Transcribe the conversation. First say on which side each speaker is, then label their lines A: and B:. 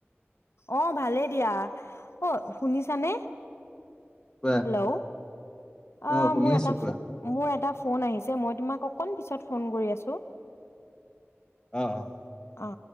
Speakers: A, on the left (about 70°); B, on the left (about 20°).
A: অ', ভালেই দিয়া অ', শুনিছানে?
B: কোৱা
A: হেল্ল'
B: অ
A: আ
B: শুনি
A: মোৰ
B: আছো
A: এটা
B: কোৱা
A: ফ, মোৰ এটা ফোন আহিছে। যে মই তোমাক অকণ পিছত ফোন কৰি আছোঁ।
B: অহ, অহ।
A: অ'।